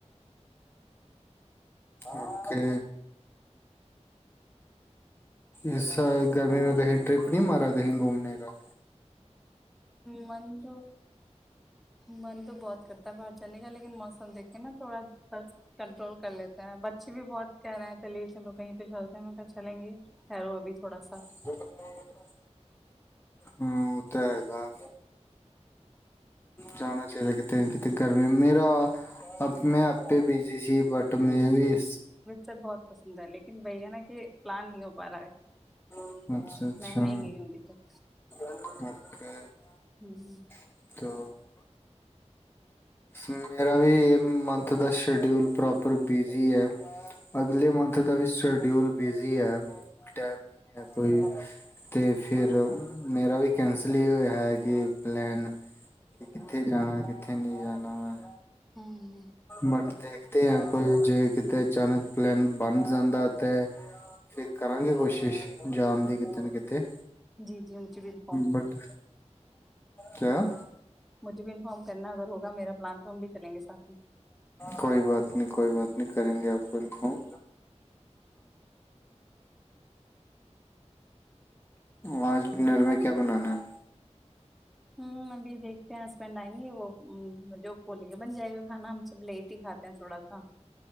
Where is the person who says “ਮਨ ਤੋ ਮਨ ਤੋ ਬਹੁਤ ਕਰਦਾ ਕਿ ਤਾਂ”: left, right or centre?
Centre